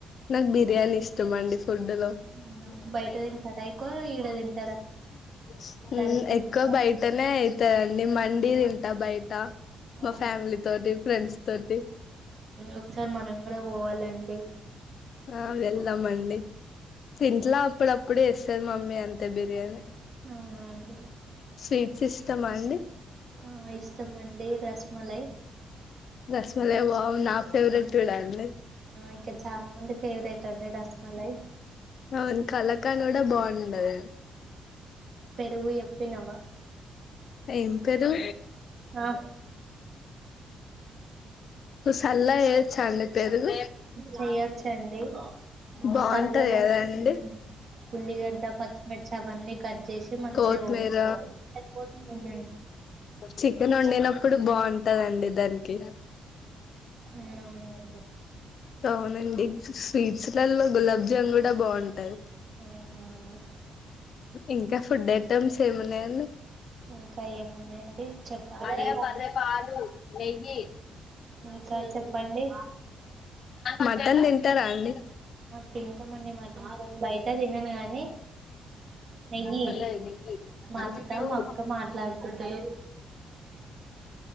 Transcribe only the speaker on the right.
అవునా బయట తింటారా ఎక్కువ ఈడ తింటారా దల్ పూరియా
అవునా
ఒకసారి మనం కూడా పోవాలండి
అవునా అండి
ఆ ఇష్టమండి రస్మలై
ఇక చాలా మంది ఫేవరెట్ అ మీ రస్మలై
పెరుగు చెప్పినవా
ఆ
చేయొచ్చండి
చల్లలా
ఉమ్ ఉల్లిగడ్డ పచ్చిమిర్చి అవన్నీ కట్ చేసి మంచిగా
పోసుకోవాలి ఉమ్
ఉమ్ అవునండి
ఆహా అండి
ఇంకా ఏమున్నాయండి చపాతి
ఇకా చెప్పండి
తింటామండి మాటన్ బయట తిన్నాను గానీ నెయ్యి,
మా అత్త మా అక్క మాట్లాడుకుంటారు